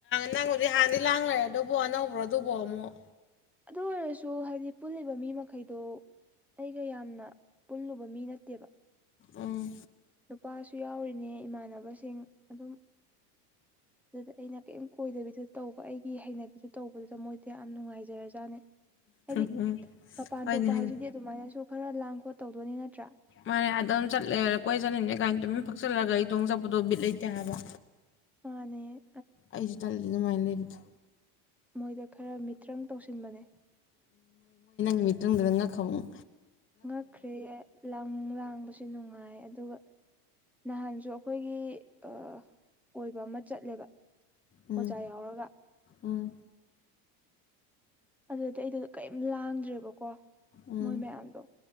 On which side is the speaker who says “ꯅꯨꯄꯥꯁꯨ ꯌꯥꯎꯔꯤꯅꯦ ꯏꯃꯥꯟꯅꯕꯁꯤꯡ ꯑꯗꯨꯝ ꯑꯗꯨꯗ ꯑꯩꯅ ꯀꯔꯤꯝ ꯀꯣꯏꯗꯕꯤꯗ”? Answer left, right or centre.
Centre